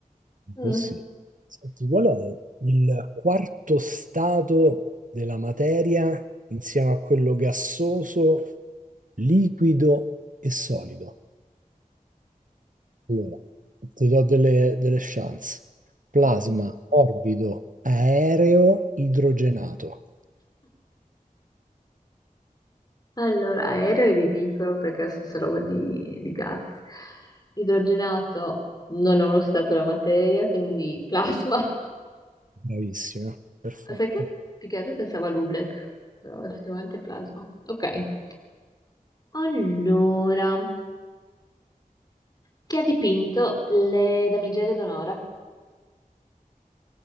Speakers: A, on the right; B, on the left.
A: Un
B: Mm.
A: po' sì. Senti, qual è il quarto stato della materia insieme a quello gassoso, liquido e solido? Allora, ti do delle, delle chance. Plasma,
B: Mm.
A: morbido, aereo, idrogenato.
B: Allora, aereo è ridicolo perché è la stessa roba di, di gas. Idrogenato non è uno stato della materia, quindi plasma. <laughs> Ma
A: Bravissima, perfetto.
B: sai che più che altro pensavo a Lublek, però effettivamente è plasma. Ok. Allora. Chi ha dipinto le damigelle d'onore?